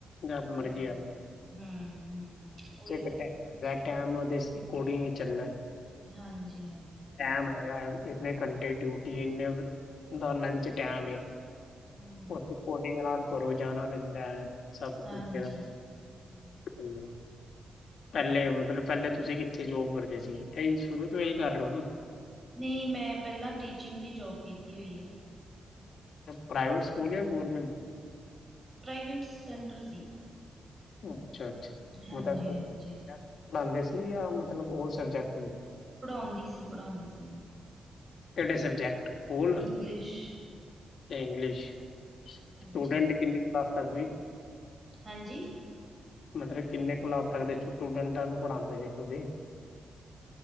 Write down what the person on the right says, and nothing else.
ਹੂੰ
ਹੂੰ ਹੂੰ ਉਹੀ
ਤਾਂ
ਹਾਂਜੀ ਹਾਂਜੀ ਹਾਂਜੀ
ਹਮ।
ਹਾਂਜੀ
ਹਾਂਜੀ
ਨਹੀਂ ਮੈਂ ਪਹਿਲਾਂ ਟੀਚਿੰਗ ਦੀ ਜੋਬ ਕੀਤੀ ਹੋਈ ਹੈ
ਪ੍ਰਾਈਵੇਟ ਸੈਂਟਰ ਸੀ।
ਹਾਂਜੀ
ਹਾਂਜੀ
ਪੜ੍ਹਾਉਂਦੀ ਸੀ, ਪੜ੍ਹਾਉਂਦੀ ਸੀ, ਮੈਂ।
ਇੰਗਲਿਸ਼
ਹਾਂਜੀ
ਹਾਂਜੀ
ਹਾਂਜੀ